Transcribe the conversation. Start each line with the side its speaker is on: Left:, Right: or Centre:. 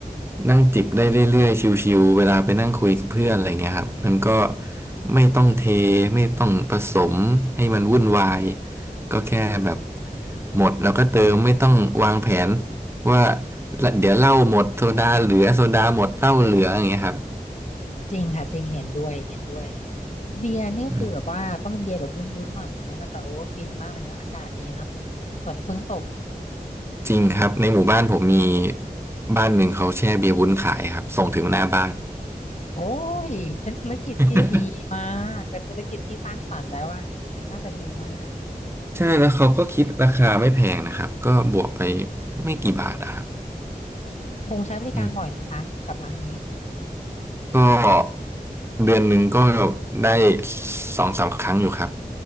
Right: นั่งจิบได้เรื่อยๆชิวๆเวลาไปนั่งคุยกับเพื่อนอะไรเงี้ยครับมันก็ไม่ต้องเทไม่ต้องผสมให้มันวุ่นวายก็แค่แบบหมดแล้วก็เติมไม่ต้องวางแผนว่าเดี๋ยวเหล้าหมดโซดาเหลือโซดาหมดเหล้าเหลืออย่างเงี้ยครับ
Left: จริงค่ะจริงเห็นด้วยเห็นด้วยเบียร์นี่คือแบบว่าต้องเป็นเบียร์แบบวุ้นๆหน่อยหนึ่งนะมันจะโอ้ฟินมากเลยเนอะอากาศอย่างนี้เนาะ
Right: อืม
Left: ฝนเพิ่งตก
Right: จริงครับในหมู่บ้านผมมีบ้านหนึ่งเขาแช่เบียร์วุ้นขายครับส่งถึงหน้าบ้าน
Left: โอ้ยเป็นธุรกิจที่ดีมากเป็นธุรกิจที่สร้างสรรค์แล้วว่าน่าจะดีมาก
Right: <laughs> ใช่แล้วเขาก็คิดราคาไม่แพงนะครับก็บวกไปไม่กี่บาทอะครับ
Left: พงษ์ใช้บริการบ่อยไหมคะกับร้านนี้
Right: อืมก็เดือนหนึ่งก็ได้สองสามครั้งอยู่ครับ